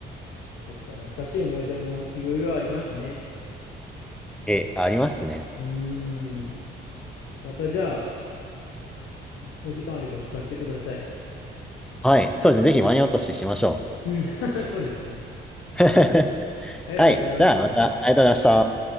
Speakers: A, on the left; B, in the centre.
A: そうか、懐かしい思い出もいろいろありますね。
B: え、ありますね。
A: うーん。またじゃあ、お時間あれば聞かせてください。
B: はい。そうですね。ぜひワニ落とししましょ
A: うん、<laughs> そうですね。
B: う。<laughs>
A: ありがとうございました。
B: はい。じゃあまた、ありがとうございました。